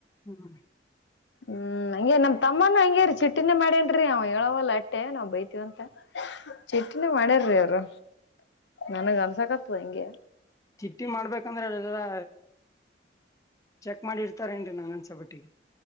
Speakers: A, on the left; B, on the left.
A: ಹ್ಮ್
B: ಹ್ಮ್ ಹಗೆ ನಮ್ ತಮ್ಮನ ಹಗೆ ಚುಟ್ಟಿನ ಮಾಡೇನ್ರೀ ಅವ ಹೇಳವಲ್ಲ ಅಟ್ಟೆ ನಾವವು ಬೈತೀವ ಅಂತ ಚಟ್ನಿ ಮಾಡ್ಯಾರ್ರೀ ಅವರು ನನಗ ಅನ್ಸಕತ್ ಹೆಂಗೆ
A: ಚಿಟ್ಟಿ ಮಾಡ್ಬೇಕಂದ್ರೆ ಅಲ್ಲಾ ಚೆಕ್ ಮಾಡಿ ಇರ್ತಾರೇಏನ್ರಿ ನಂಗನ್ ಚಪಟ್ಟಿ